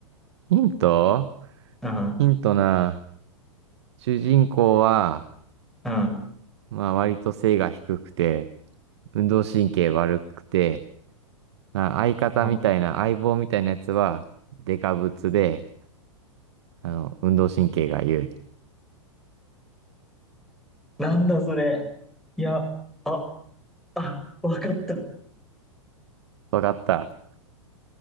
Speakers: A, on the right (about 55°); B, in the centre.
A: ヒント
B: うん、
A: ヒントな。主人公は、
B: うん。
A: まあ割と背が低くて、運動神経悪くて、まあ相方みたいな、
B: あ
A: 相棒みたいなやつは、デカブツで、あの、運動神経が優位。
B: なんだそれ。いや、あ、あ、わかった。
A: わかった。